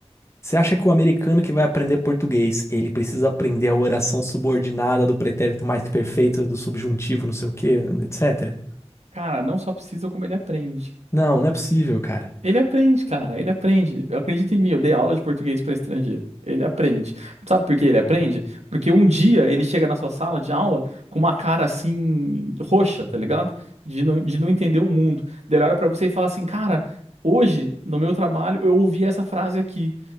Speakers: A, on the left; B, on the right.
A: Você acha que o americano que vai aprender português, ele precisa aprender a oração subordinada do pretérito mais que perfeito, do subjuntivo, não sei o quê, etc?
B: Cara, não só precisa como ele aprende.
A: Não, não é possível, cara.
B: Ele aprende, cara, ele aprende. Acredita em mim, eu dei aula de português para estrangeiro. Ele aprende. Sabe por que ele aprende? Porque um dia ele chega na sua sala de aula com uma cara assim, roxa, tá ligado? De não, de não entender o mundo. Daí ele olha pra você e fala assim, cara, hoje, no meu trabalho, eu ouvi essa frase aqui